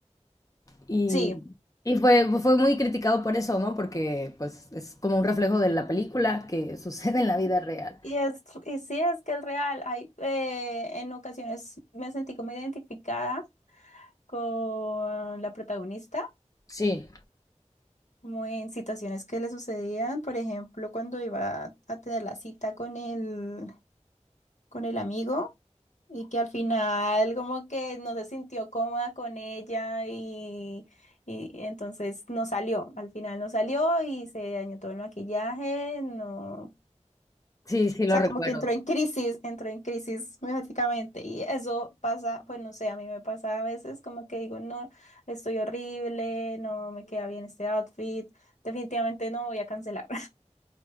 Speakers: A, on the left (about 30°); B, on the left (about 75°).
A: Y,
B: Sí.
A: y fue, fue muy criticado por eso, ¿no? Porque pues es como un reflejo de la película que <laughs> sucede en la vida real.
B: Y, es, y sí, es que es real. Hay, eh, en ocasiones me sentí como identificada con la protagonista
A: Sí,
B: como en situaciones que le sucedían, por ejemplo, cuando iba a tener la cita con el, con el amigo y que al final como que no se sintió cómoda con ella y, y entonces no salió, al final no salió y se dañó todo el maquillaje, no, o
A: sí, sí lo
B: sea,
A: recuerdo.
B: como que entró en crisis, entró en crisis básicamente y eso pasa, pues no sé, a mí me pasa a veces como que digo, no, estoy horrible, no me queda bien este outfit. Definitivamente no voy a cancelar.